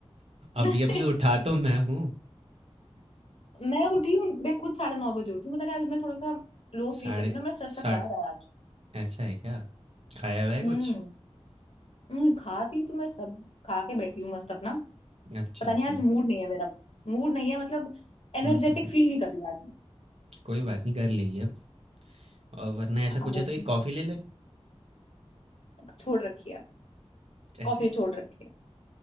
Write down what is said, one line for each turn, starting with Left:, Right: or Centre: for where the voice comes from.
Left: <laughs>
Right: अभी अभी उठा तो मैं हूँ
Left: मैं उठी हूँ मैं खुद साढ़े नौ बजे उठी हूँ पता नहीं आज मैं थोड़ा सा लो
Right: साढ़े
Left: फील कर रही हूँ ना मेरा सर
Right: साढ़े
Left: चकरा रहा है आज
Right: ऐसा है क्या खाया हुआ है
Left: हम्म
Right: कुछ
Left: हम्म, खा पी तो मैं सब खा के बैठी हूँ मस्त अपना
Right: अच्छा
Left: पता
Right: अच्छा
Left: नहीं आज मूड नहीं है मेरा मूड नहीं है मतलब एनर्जेटिक
Right: हम्म हम्म हम्म,
Left: फील नहीं कर रही आज मैं।
Right: कोई बात नहीं कर लेगी अब और वरना ऐसा
Left: हाँ,
Right: कुछ
Left: हो
Right: है तो एक कॉफ़ी ले ले
Left: छोड़ रखी है
Right: ऐसा
Left: कॉफी
Right: क्यों
Left: छोड़ रखी है